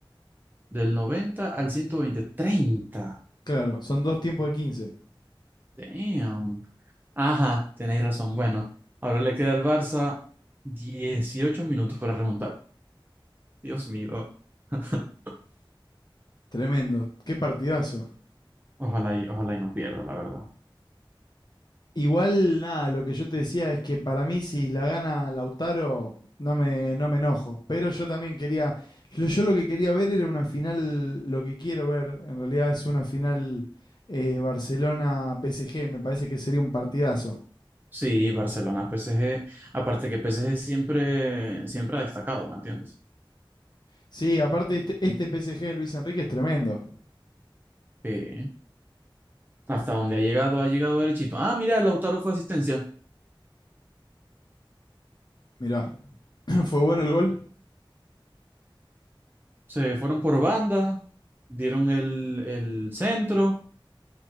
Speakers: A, on the right; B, on the left.
A: Del 90 al 120 treinta
B: Claro, son dos tiempos de 15.
A: Damn. Ajá, tenéis razón. Bueno, ahora le queda al Barça 18 minutos para remontar. Dios mío. <laughs>
B: Tremendo. Qué partidazo.
A: Ojalá y, ojalá y no pierda, la verdad.
B: Igual, nada, lo que yo te decía es que para mí, si la gana Lautaro, no me, no me enojo. Pero yo también quería. Yo, yo lo que quería ver era una final. Lo que quiero ver, en realidad, es una final eh, Barcelona-PSG. Me parece que sería un partidazo.
A: Sí, Barcelona, PSG. Aparte que PSG siempre, siempre ha destacado, ¿me entiendes?
B: Sí, aparte este, este PSG de Luis Enrique es tremendo.
A: Sí. Hasta donde ha llegado, ha llegado derechito. Ah, mira, Lautaro fue asistencia.
B: Mirá, <clears throat> fue bueno el gol.
A: Se fueron por banda, dieron el, el centro